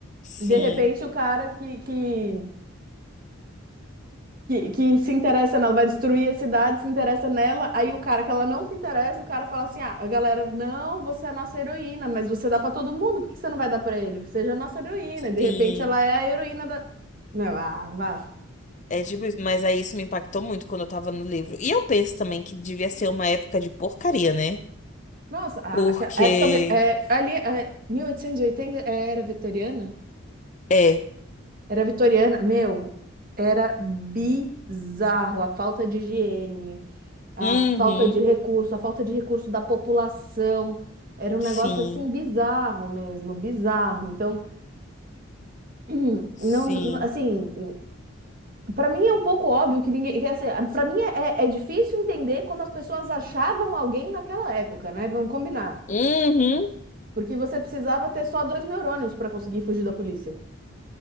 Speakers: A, on the left; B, on the right.
A: sim.
B: De repente, o cara que, que, que, que se interessa nela, vai destruir a cidade, se interessa nela. Aí o cara que ela não se interessa, o cara fala assim: ah, a galera, não, você é a nossa heroína, mas você dá pra todo mundo, por que você não vai dar pra ele? Seja a nossa heroína. E de
A: Sim,
B: repente, ela é a heroína da. Não, ah, vá.
A: é tipo isso, mas aí isso me impactou muito quando eu tava no livro. E eu penso também que devia ser uma época de porcaria, né?
B: Nossa, a,
A: Porque
B: aquela época ve- é, ali, é, 1880 era vitoriana?
A: é.
B: Era vitoriana, meu, era bizarro a falta de higiene, a
A: Uhum.
B: falta de recurso, a falta de recurso da população. Era um
A: Sim.
B: negócio assim bizarro mesmo, bizarro. Então, <clears throat>
A: Sim.
B: não, não- assim, para mim é um pouco óbvio que ninguém. para mim é, é é difícil entender como as pessoas achavam alguém naquela época, né? Vamos combinar.
A: Uhum.
B: Porque você precisava ter só dois neurônios para conseguir fugir da polícia.